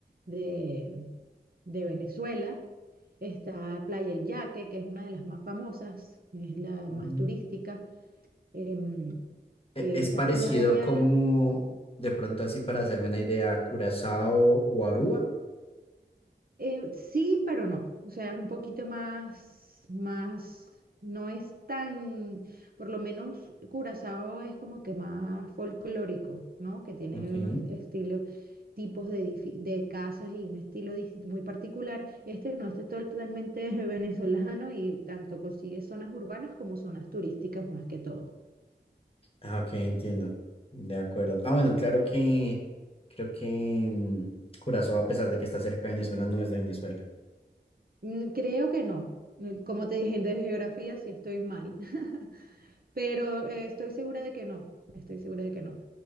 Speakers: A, on the right; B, on the left.
A: de, de Venezuela. Está Playa El Yaque, que es una de las más famosas, es la más
B: Mm.
A: turística. Em,
B: E-
A: esa
B: Es parecido
A: playa
B: como, de pronto así para hacerme una idea, a Curazao o Aruba.
A: Eh, sí, pero no. O sea, es un poquito más, más, no es tan, por lo menos Curazao es como que más folclórico, ¿no? Que tiene
B: Ok.
A: unos estilos, tipos de, edifi- de casas y un estilo dis- muy particular. Este no, este es totalmente <laughs> venezolano y tanto consigue zonas urbanas como zonas turísticas más que todo.
B: Ah, ok, entiendo. De acuerdo. Ah, bueno, claro que creo que mm, Curazao, a pesar de que está cerca de Venezuela, no es de Venezuela.
A: Mm, Creo que no. Eh, Como te dije, de geografía sí estoy mal, <laughs> pero eh, estoy segura de que no. Estoy segura de que no.